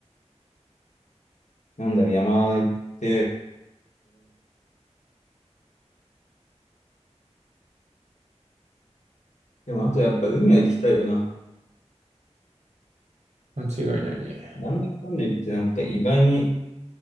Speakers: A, on the left (about 80°); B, on the right (about 70°).
A: なんだろう、山行って、でもあとやっぱ海は行きたいよな。
B: 間違いないね。
A: なんだかんだ言ってなんか意外に